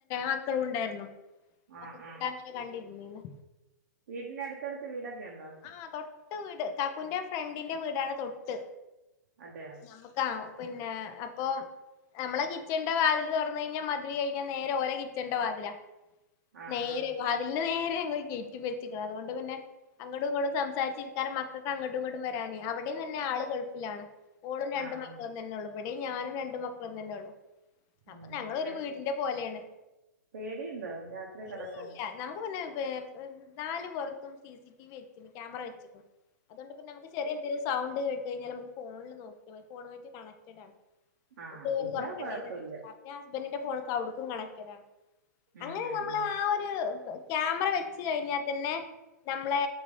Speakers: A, on the left (about 30°); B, on the right (about 60°).
A: മക്കളും ഉണ്ടായിരുന്നു
B: ആഹ്
A: ഒക്കെ കൂടെ
B: ആഹ്
A: അങ്ങനെ കണ്ടിര്ന്നിനി
B: വീടിന്റെ അടുത്തടുത്ത് വീടൊക്കെ ഉണ്ടോ
A: ആ തൊട്ട് വീട് കാക്കൂന്റെ ഫ്രണ്ടിന്റെ വീടാണ് തൊട്ട്
B: അതെയോ
A: നമക്കാ പിന്നെ അപ്പൊ നമ്മളെ കിച്ചന്റെ വതില് തുറന്നു കഴിഞ്ഞാൽ മതില് കഴിഞ്ഞാ നേരെ ഓലെ കിച്ചന്റെ വാതിലാ
B: ആഹ്
A: നേരെ
B: ആഹ്
A: വാതിലിന്റെ നേരെ ഞങ്ങൾ ഗയ്റ്റ് വച്ച്ക്ക്ണ് അതുകൊണ്ട് പിന്നെ അങ്ങോട്ടും ഇങ്ങോട്ടും സംസാരിച്ചിരിക്കാനും മക്കൾക്ക് അങ്ങോട്ടും ഇങ്ങോട്ടും വരാനും അവിടെയും തന്നെ ആള് ഗൾഫിലാണ് ഓളും രണ്ട്
B: ആഹ്
A: മക്കളും
B: ആഹ്
A: തന്നെ ഉള്ളു ഇവിടെയും ഞാനും രണ്ട് മക്കളും തന്നെയുള്ളു അപ്പൊ
B: ആഹ്
A: ഞങ്ങളൊ
B: പേ
A: ഒരു വീടിന്റെ പോലെയാണ്
B: പേടിയുണ്ടോ രാത്രി കിടക്കാൻ
A: ഇല്ലല്ല നമുക്ക് പിന്നെ നാല് പുറത്തും സിസിടി വി വെച്ചിക്ക്ണ് ക്യാമറ വെച്ചിക്ക്ണ് അതുകൊണ്ട് പിന്നെ നമുക്ക് ചെറിയ എന്തെങ്കിലും സൗണ്ട് കേട്ട് കഴിഞ്ഞാൽ നമുക്ക് ഫോണിൽ നോക്കിയാ മതി ഫോൺ ആയിട്ട് കണക്റ്റഡ് ആണ്
B: ആഹ്
A: ഡോർ
B: പിന്നെ
A: തുറക്കണ്ട
B: കൊഴപ്പില്ല
A: <unintelligible> ഇഞ്ഞി ഹസ്ബൻഡിന്റെ ഫോണ്ക്ക് അവിടുക്കും കണക്ട് ആണ്
B: ഉം
A: അങ്ങനെ
B: ഉം
A: നമ്മൾ
B: ഉം
A: ആ ഒരു ക്യാമറ വെച്ച് കഴിഞ്ഞാൽ തന്നെ നമ്മള്